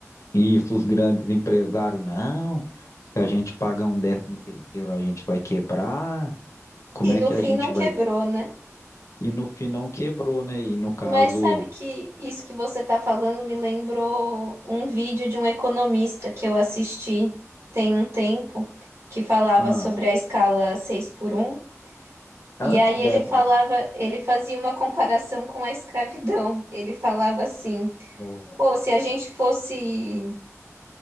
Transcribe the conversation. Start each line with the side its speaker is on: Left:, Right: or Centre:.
Left: isso, os grandes empresários, não, se a gente pagar um décimo terceiro, a gente vai quebrar, como
Right: E
Left: é
Right: no
Left: que
Right: fim
Left: a gente
Right: não quebrou,
Left: vai
Right: né?
Left: E no fim não quebrou, né? E no caso.
Right: Mas sabe que isso que você está falando me lembrou um vídeo de um economista que eu assisti tem um tempo, que falava
Left: Ah,
Right: sobre a escala 6 por um e
Left: antes
Right: aí
Left: dessa
Right: ele falava, ele fazia uma comparação com a escravidão. Ele falava assim:
Left: nova.
Right: pô, se a gente fosse